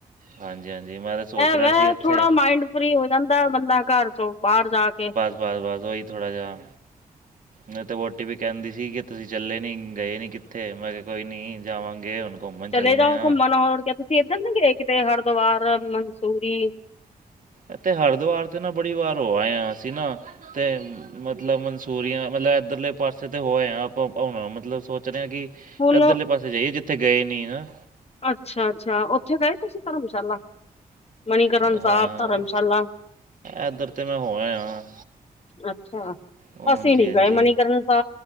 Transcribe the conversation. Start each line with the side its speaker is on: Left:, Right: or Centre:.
Right: ਹਾਂਜੀ ਹਾਂਜੀ ਮੈਂ ਤਾਂ ਸੋਚ
Left: ਇਹ
Right: ਰਿਹਾ
Left: ਵੈ
Right: ਸੀ ਇੱਥੇ
Left: ਥੋੜਾ ਮਾਈੰਡ ਫਰੀ ਹੋ ਜਾਂਦਾ ਬੰਦਾ ਘਰ ਚੋਂ ਬਾਹਰ ਜਾ ਕੇ
Right: ਬਾਰ ਬੱਸ ਹੋਈ ਥੜ੍ਹਾ ਜਿਹਾ
Left: <inaudible>
Right: ਮੈਂ ਤਾਂ ਵੋਟੀ ਵੀ ਕਹਿੰਦੀ ਸੀ ਕਿ ਤੁਸੀਂ ਚੱਲੇ ਨਹੀਂ ਗਏ ਨਹੀਂ ਕਿੱਥੇ ਮੈਂ ਕਿਹਾ ਕੋਈ ਨਹੀਂ ਜਾਵਾਂਗੇ ਹੁਣ ਘੁੰਮਣ
Left: ਚਲੇ
Right: ਚੱਲਦੇ
Left: ਜਾਓ
Right: ਹਾਂ
Left: ਘੁੰਮਣ ਹੋਰ ਕ ਤੁਸੀਂ ਇੱਧਰ ਦੇ ਗ ਕਿਤੇ ਹਰਿਦੁਵਰ ਮ ਮੰਸੂਰੀ
Right: ਇਥ ਹਰਿਦੁਵਾਰ ਤੇ ਨਾ ਬੜੀ ਵਾਰ ਹੋ ਆਏ ਹ ਅਸੀਂ ਨਾ ਅਤੇ ਮਤਲਬ ਮਨਸੂਰੀਆਂ ਮਤਲਬ ਇੱਧਰਲੇ ਪਾਸੇ ਤਾਂ ਹੋਏ ਹਾਂ ਆਪਾਂ ਹੁਣ ਮਤਲਬ ਸੋਚ ਰਹੇ ਹਾਂ ਕਿ
Left: ਹੁਣ
Right: ਇੱਧਰਲੇ ਪਾਸੇ ਜਾਈਏ ਜਿੱਥੇ ਗਏ ਨੀ ਨਾ
Left: ਅੱਛਾ ਅੱਛਾ ਉੱਥੇ ਗਏ ਤੁਸੀਂ ਧਰਮਸ਼ਾਲਾ ਮਨੀਕਰਨ
Right: ਹਾਂ
Left: ਸਾਹਿਬ ਧਰਮਸ਼ਾਲਾ
Right: ਇੱਧਰ ਤੇ ਮੈਂ ਹੋ ਆਇਆ
Left: ਅੱਛਾ
Right: ਹਾਂਜੀ
Left: ਅਸੀਂ ਨੀ
Right: ਹਾਂਜੀ
Left: ਗਏ ਮਨੀਕਰਨ